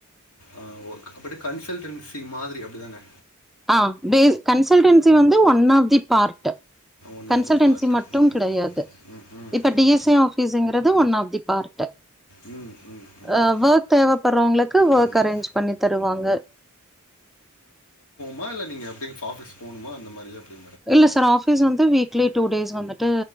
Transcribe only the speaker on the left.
அ ஒக் அப்படி கன்சல்டன்சி மாதிரி அப்டி தானே
one
of the part
ம், ம்,
ம்.
ம், ம், ம்,
ம், ம்.
மா இல்ல நீங்க அப்டி ஆஃபிஸ் போணுமா அந்த மாரி எப்டி